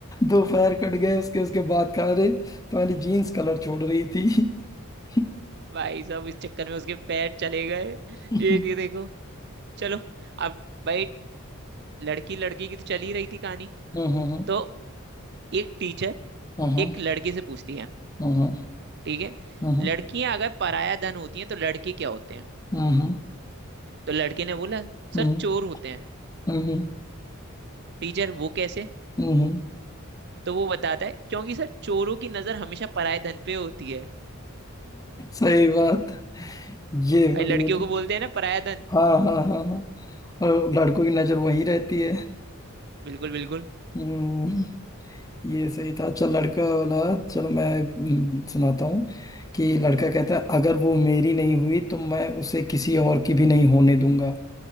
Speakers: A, on the left; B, on the right.
A: दो पैर कट गए उसके उसके बाद कहा अरे तुम्हारी जीन्स कलर छोड़ रही थी <laughs>
B: भाई साहब इस चक्कर में उसके पैर चले गए
A: हम्म,
B: ये ये देखो चलो अब भाई लड़की लड़की की तो चल ही रही थी कहानी
A: हम्म, हम्म,
B: तो एक टीचर
A: हम्म,
B: एक लड़की से पूछती है
A: हम्म,
B: ठीक है
A: हम्म, हम्म,
B: लड़कियां अगर पराया धन होती हैं तो लड़के क्या होते हैं
A: हम्म,
B: तो लड़के ने बोला सर
A: हम्म,
B: चोर होते हैं
A: हम्म,
B: टीचर वो कैसे
A: हम्म, हम्म।
B: तो वो बताता है क्योंकि सर चोरों की नजर हमेशा पराया धन पे होती है
A: सही बात ये
B: भाई
A: बढ़िया
B: लड़कियों
A: तो
B: को बोलते हैं ना पराया धन
A: हाँ हाँ हाँ हाँ और लड़कों की नजर वहीं रहती है
B: बिल्कुल बिल्कुल
A: हम्म, ये सही था चल लड़का वाला चलो मैं हम्म, सुनाता हूँ कि लड़का कहता है अगर वो मेरी नहीं हुई तो मैं उसे किसी और की भी नहीं होने दूंगा